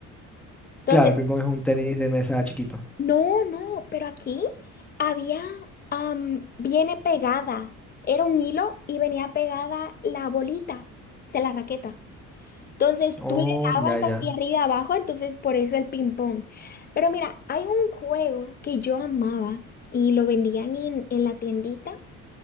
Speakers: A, on the left; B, in the centre.
A: Entonces,
B: Claro, el ping-pong es un tenis de mesa chiquito.
A: No, no, pero aquí había, am, viene pegada. Era un hilo y venía pegada la bolita de la raqueta. Entonces
B: Oh,
A: tú le dabas
B: ya, ya.
A: hacia arriba y abajo, entonces por eso el ping-pong. Pero mira, hay un juego que yo amaba y lo vendían en, en la tiendita